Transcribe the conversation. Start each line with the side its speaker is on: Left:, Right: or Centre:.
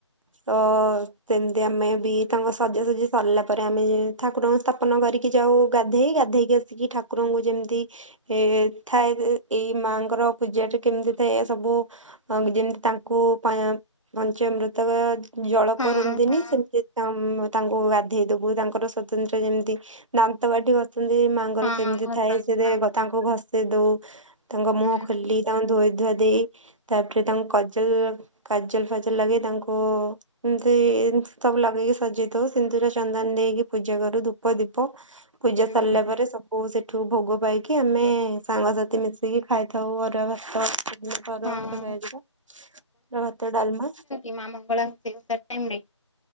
Right: ତ ସେମିତି ଆମେ ବି ତାଙ୍କ ସଜାସଜି ସରିଲା ପରେ ଆମେ ଠାକୁରଙ୍କୁ ସ୍ଥାପନ କରିକି ଯାଉ ଗାଧେଇ ଗାଧେଇକି ଆସିକି ଠାକୁରଙ୍କୁ ଯେମିତି ଏ ଥାଏ ଏଇ ମାଙ୍କର ପୂଜା ଟା କେମିତି ଥାଏ ଏ ସବୁ ଯେମିତି ତାଙ୍କୁ ପା ପଞ୍ଚାମୃତ ଜଳ
Left: ହଁ
Right: କରନ୍ତିନି
Left: ହଁ।
Right: ସେମିତି ତାମ ତା ଓ ଗାଧେଇ ଦବୁ ତାଙ୍କର ସତନ୍ତ୍ର ଯେମିତି ଦାନ୍ତ କାଠି ଘଷନ୍ତି ମା ତାଙ୍କର
Left: ହଁ
Right: ସେମିତି
Left: ଘଷନ୍ତି
Right: ଥାଏ ସେ
Left: ମାଙ୍କର
Right: ତାଙ୍କୁ ଘଷେଇ ଦଉ ତାଙ୍କ
Left: ହୁଁ
Right: ମୁହଁ ଖୋଲି। ତାଙ୍କୁ ଧୋଇ ଧୁଆ ଦେଇ ତାପରେ ତାଙ୍କୁ କଜଲ କାଜଲ ଫାଜଲ ଲଗେଇ ତାଙ୍କୁ ଏମିତି ଏମିତି ସବୁ ଲଗେଇକି ସଜେଇଦଉ ସିନ୍ଦୁର, ଚନ୍ଦନ ଦେଇକି ପୂଜା କରୁ ଧୂପ, ଦୀପ। ପୂଜା
Left: ହୁଁ
Right: ସରିଲା ପରେ ସବୁ ସେଠୁ ଭୋଗ ପାଇକି ଆମେ ସାଙ୍ଗସାଥି ମିଶି ମିଶିକି ଖାଇଥାଉ ଅରୁଆ ଭାତ ଅରୁଆ ଭାତ
Left: ହଁ।
Right: ଅଧିକ ଭାତ, ଡାଲମା।
Left: ଏ ମା ମଙ୍ଗଳାଙ୍କୁ ସେ ଟାଇମ୍ ରେ।